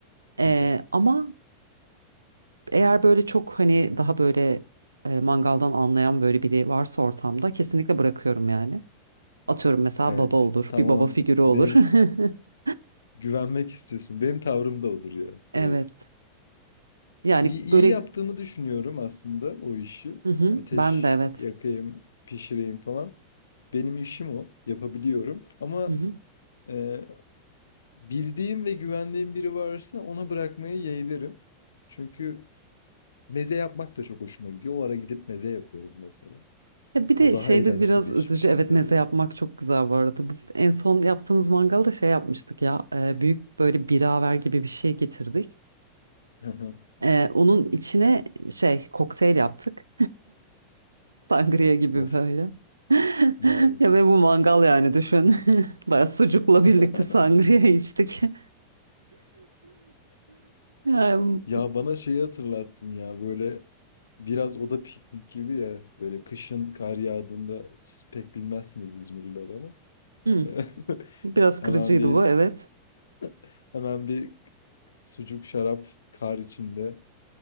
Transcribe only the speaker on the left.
<laughs>
Evet.
Tamam.
Benim
güvenmek istiyorsun. Benim tavrım da odur ya.
Evet.
İyi, iyi
yaptığımı düşünüyorum aslında o işi.
Ateş
yakayım, pişireyim falan. Benim işim o. Yapabiliyorum. Ama
e, bildiğim ve güvendiğim biri varsa ona bırakmayı yeğlerim. Çünkü meze yapmak da çok hoşuma gidiyor. O ara gidip meze yapıyorum mesela.
O daha
eğlenceli
bir
işmiş
gibi geliyor.
<laughs>
Of.
Nice.
<laughs>
Ya bana şeyi hatırlattın ya böyle biraz o da piknik gibi ya böyle kışın kar yağdığında siz pek bilmezsiniz İzmirliler ama
<laughs>
hemen
bir
<laughs> hemen bir sucuk şarap kar içinde